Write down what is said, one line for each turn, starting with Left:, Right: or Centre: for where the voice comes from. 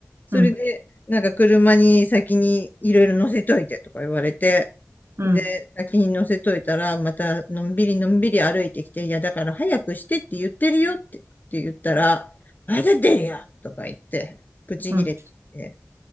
Left: それで、
Right: ん、
Left: なんか車に先にいろいろ乗せといてとか言われて、
Right: うん、
Left: で、先に乗せといたら、またのんびりのんびり歩いてきて、いや、だから早くしてって言ってるよって、って言ったら、まだ出るよとか言って、ブチギレて、
Right: うん。